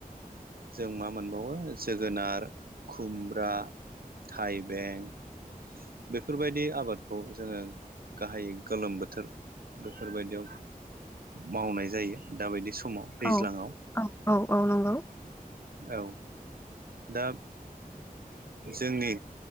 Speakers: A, on the right; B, on the left.
A: जों मा मोनबावो जोगोनार खुमब्रा थाइबें बेफोरबायदि आबादखौ जोङो गाहायै गोलोम बोथोर बेफोरबायदियाव मावनाय जायो दाबायदि समाव दैज्लाङाव
B: औ औ औ औ नंगौ
A: औ दा जोंनि